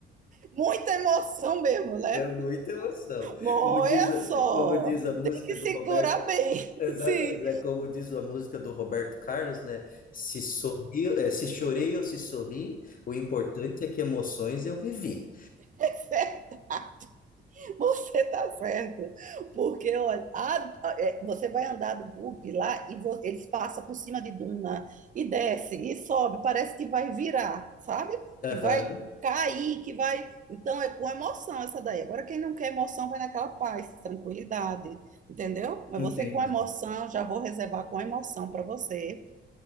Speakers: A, on the right (about 40°); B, on the left (about 45°).
A: muita emoção mesmo, né?
B: é muita emoção.
A: Olha
B: Como diz, a-
A: só,
B: como diz a música
A: tem que
B: do
A: segurar
B: Roberto,
A: bem.
B: exatamente,
A: <laughs> Sim.
B: né? Como diz a música do Roberto Carlos, né? Se sorri, eh, se chorei ou se sorri, o importante é que emoções eu vivi.
A: <laughs> <laughs> Você está certo. Porque, olha, a- é, você vai andar do bug lá e vo- eles passam por cima de duna e desce e sobe. Parece que vai virar, sabe?
B: Aham,
A: Que vai cair, que vai. Então é com emoção essa daí. Agora, quem não quer emoção vai naquela paz, tranquilidade, entendeu? Mas
B: entendi.
A: você com emoção, já vou reservar com emoção para você